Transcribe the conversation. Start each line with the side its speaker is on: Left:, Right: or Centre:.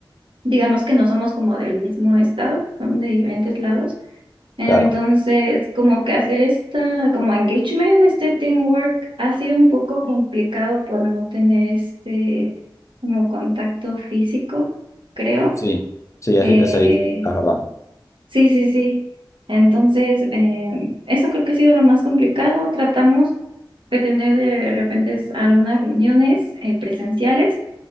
Right: digamos que no somos como del mismo estado, son de diferentes lados. Entonces,
Left: Claro,
Right: como que hacer esta, como engagement, este teamwork ha sido un poco complicado por no tener este como contacto físico, creo.
Left: sí. Sí, es,
Right: Eh,
Left: es difícil, es verdad.
Right: sí, sí, sí. Entonces, eh, eso creo que ha sido lo más complicado. Tratamos de tener de repente algunas reuniones eh, presenciales,